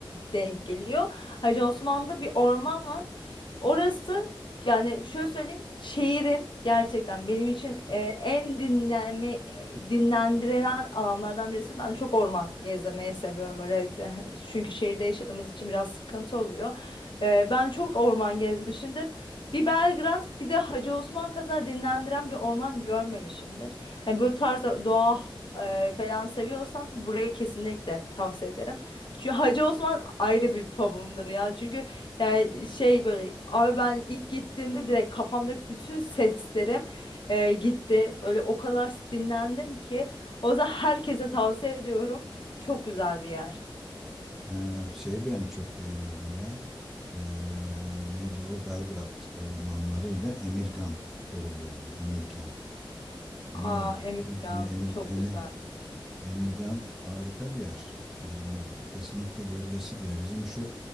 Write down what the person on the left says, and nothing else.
denk geliyor. Hacı Osman'da bir orman var. Orası yani şöyle söyleyeyim, şiirin gerçekten benim için e, en dinlenme e, dinlendirilen alanlardan birisi. Ben çok orman gezmeyi seviyorum öyle. <laughs> e, Çünkü şehirde yaşadığımız için biraz sıkıntı oluyor. E, ben çok orman gezmişimdir. Bir Belgrad, bir de Hacı Osman kadar dinlendiren bir orman görmemişimdir. Hani böyle tarz doğa e, falan seviyorsam burayı kesinlikle tavsiye ederim. Çünkü Hacı Osman ayrı bir favımdır ya. Çünkü yani şey böyle abi ben ilk gittiğimde direkt kafamdaki bütün seslerim e, gitti. Böyle o kadar dinlendim ki. O yüzden herkese tavsiye ediyorum. Çok güzel bir yer.
Aa Emirgan
çok
güzel.